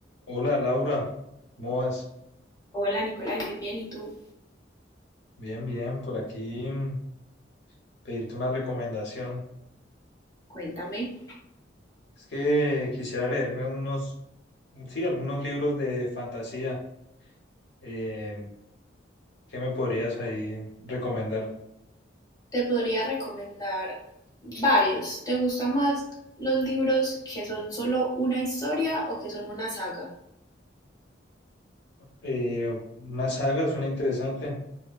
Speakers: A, on the left (about 65°); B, on the left (about 20°).
A: Hola Laura, ¿cómo vas?
B: Hola Nicolai, muy bien. ¿Y tú?
A: Bien, bien, por aquí mm, pedirte una recomendación.
B: Cuéntame.
A: Es que quisiera leerme unos, sí, algunos libros de fantasía. Eh, ¿qué me podrías ahí recomendar?
B: Te podría recomendar varios. ¿Te gustan más los libros que son solo una historia o que son una saga?
A: Eh, una saga suena interesante.